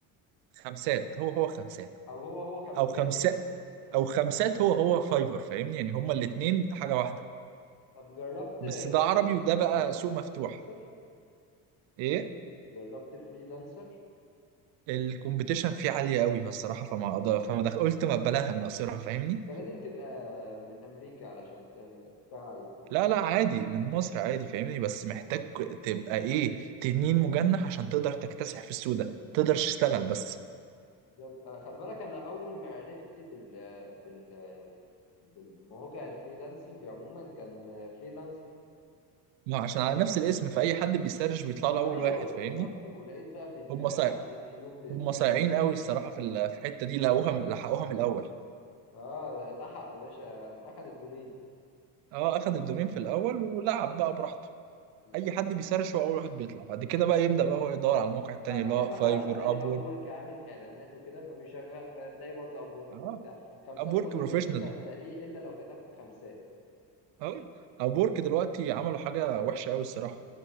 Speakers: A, on the right; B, on the left.
A: خمسات هو هو خمسات
B: أو هو هو خمسات
A: او خمسات
B: يعني نفس الفكرة
A: او
B: صح
A: خمسات هو هو فايفر فاهمني يعني هما الاثنين حاجه واحده
B: طب جربت
A: بس ده عربي
B: فريلانس
A: وده بقى سوق
B: فريلانسر
A: مفتوح ايه
B: جربت فريلانسر
A: الكومبيتيشن فيه عالية قوي الصراحة فما أقدر فما دخل قلت ما بلاها من قصيرها فاهمني
B: انت لازم تبقى من امريكا علشان تعمل- تشتغل عليه تقريبا
A: لا لا عادي من مصر عادي فاهمني بس محتاج تبقى إيه تنين مجنح عشان تقدر تكتسح في السوق ده تقدرش تشتغل بس
B: بالظبط آه، خلي بالك انا اول ما عرفتي بال بال بالمواقع الفريلانسنج عموما كان آه، فريلانسر
A: ما عشان على نفس الاسم فأي حد بيسرش بيطلع له
B: ايوه
A: أول واحد
B: بالظبط
A: فاهمني
B: ولقيت بقى فيديوهات
A: هم صايع
B: على اليوتيوب ازاي
A: هم صايعين
B: الناس
A: قوي
B: تشتغل
A: الصراحة
B: عليه
A: في ال- في الحتة دي لقوها لحقوها من الأول
B: اه لحق يا باشا اخد الدومين
A: أه أخد الدومين في الأول ولعب بقى براحته
B: بالظبط
A: أي حد بيسرش هو أول واحد بيطلع بعد كده بقى يبدأ بقى هو يدور على المواقع التانية
B: بعد
A: اللي
B: كده
A: هو
B: بقى
A: فايفر
B: هتلاقي
A: أبور
B: اب وورك عامل اعلانات وكده فبيشغل فهتلاقي برضه اب وورك
A: أه
B: وبتاع خمسات
A: ابورك
B: ما اظنش
A: بروفيشنال
B: ان انت هتلاقيه الا لو كتبت خمسات
A: أوي أبورك دلوقتي عملوا حاجة وحشة أوي الصراحة